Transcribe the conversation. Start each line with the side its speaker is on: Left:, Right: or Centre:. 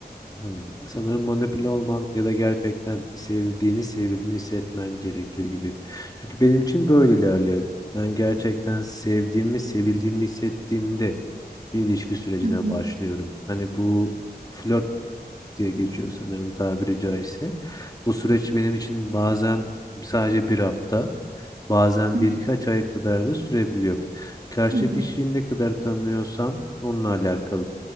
Left: Hmm. Sanırım manipüle olman ya da gerçekten sevdiğini, sevildiğini hissetmen gerekiyor gibi. Çünkü benim için böyle ilerliyor. Ben gerçekten sevdiğimi, sevildiğimi hissettiğimde bir ilişki sürecine
Right: Hı hı.
Left: başlıyorum. Hani bu flört diye geçiyor sanırım tabiri caizse. Bu süreç benim için bazen sadece bir hafta. Bazen
Right: <clears throat>
Left: birkaç ay kadar da sürebiliyor. Karşı
Right: Hı hı.
Left: kişiyi ne kadar tanıyorsam onunla alakalı.